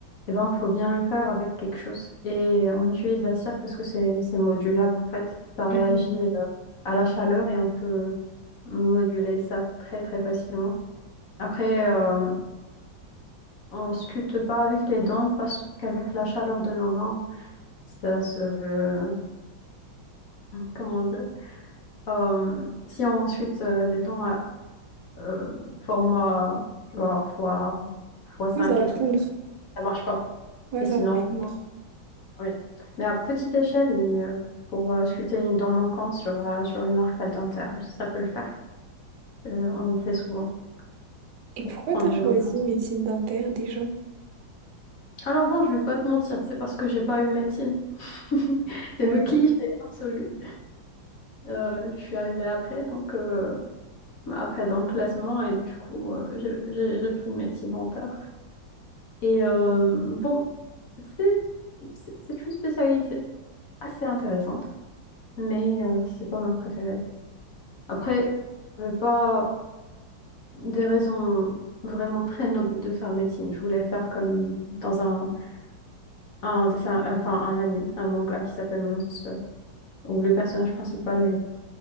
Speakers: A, on the left; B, on the right.
A: Eh ben, faut bien le faire avec quelque chose. Et on utilise la cire parce que c'est c'est modulable en fait. Ça réagit
B: Mhm.
A: euh, à la chaleur et on peut moduler ça très très facilement. Après, euh, on sculpte pas avec les dents parce qu'avec la chaleur de nos mains, ça se euh, comment dire Euh, si on sculpte euh, des dents à euh, format tu vois fois fois 5
B: Ouais, ça va
A: et tout,
B: fondre.
A: ça marche pas.
B: Ouais,
A: Et
B: ça
A: sinon.
B: va fondre.
A: Oui. Mais à petite échelle, oui, euh, pour euh, sculpter une dent manquante sur, euh, sur une arcade dentaire, oui, ça peut le faire. Euh, on le fait souvent
B: Et
A: pour
B: pourquoi
A: prendre
B: t'as choisi
A: une empreinte.
B: médecine dentaire déjà?
A: Alors bon, je vais pas te mentir, c'est parce que j'ai pas eu médecine. <laughs> C'est
B: Ouais.
A: le cliché absolu. Euh, je suis arrivée après, donc euh, après dans le classement, et du coup, euh, j'ai j'ai- j'ai pris médecine dentaire. Et euh, bon, c'est c'est- c'est une spécialité assez intéressante, mais euh, c'est pas mon préféré. Après, je vais pas. des raisons vraiment très nobles de faire médecine. Je voulais faire comme dans un, un dessin, enfin un anime, un manga qui s'appelle Monster, où le personnage principal